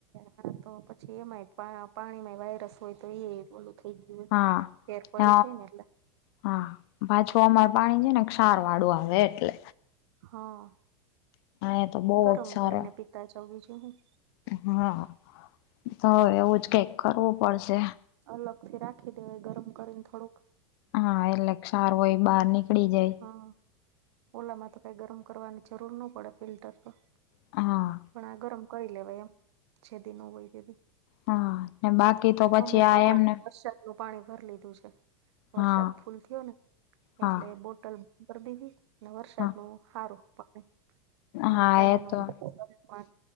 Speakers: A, on the right; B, on the left.
A: હા તો પછી એમાંય પાણીમાં વાયરસ હોય તો એ ઓલું થઈ ગયું હોય.
B: હા
A: ફેર પડી
B: હ
A: છે ને એટલે.
B: હા પાછું અમાર પાણી છે ને ક્ષાર વાળું આવે એટલે.
A: હા
B: એ તો બહુ
A: ગરમ
B: જ સારું
A: કરીને પીતા જાવ બીજું હું.
B: હા ઈતો હવે એવું જ કાંઈક કરવું પડશે.
A: અલગથી રાખી દેવાય ગરમ કરીને થોડુંક.
B: હા એટલે ક્ષાર હોય એ બહાર નીકળી જાય.
A: હા ઓલામાં તો કાઈ ગરમ કરવાની જરૂર ન પડે ફિલ્ટર તો.
B: હા
A: પણ આ ગરમ કરી લેવાય એમ જેદી ન હોય તેદી.
B: હા ને <inaudible> પછી
A: અમે તો
B: આ એમને
A: વરસાદનું પાણી ભર લીધું છે.
B: હા
A: વરસાદ ફૂલ થયો ને.
B: હા
A: એટલે બોટ ટલ ભર દીધી ને વરસાદનું
B: હા
A: હારું તમે એમાં
B: હા
A: કાઈ
B: એ
A: ન હોય.
B: તો